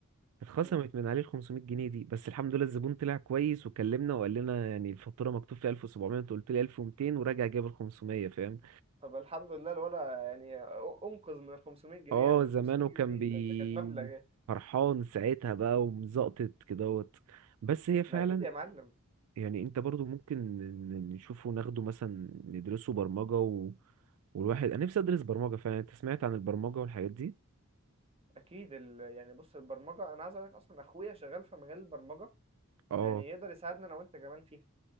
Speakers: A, on the right; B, on the right.
A: اتخصمت
B: مم.
A: من عليه ال 500 جنيه دي بس الحمد لله الزبون طلع كويس وكلمنا وقال لنا يعني الفاتوره مكتوب فيها 1700 انت قلت لي 1200 وراجع جاب ال 500 فاهم
B: طب الحمد لله الولا يعني أ- انقذ من ال 500 جنيه
A: اه
B: يعني ال
A: زمانه
B: 500 جنيه
A: كان
B: دي
A: بي
B: ده, ده كانت مبلغ يعني.
A: فرحان ساعتها بقى ومزقطط كدهوت بس هي فعلا
B: ما اكيد يا معلم
A: يعني انت برضو ممكن ن- نشوفه ناخده مثلا ندرسه برمجة و... والواحد انا نفسي ادرس برمجة فعلا انت سمعت عن البرمجة والحاجات دي
B: اكيد ال... يعني بص البرمجه انا عايز اقول لك اصلا اخويا شغال في مجال البرمجه
A: اه
B: ويعني يقدر يساعدنا انا وانت كمان فيها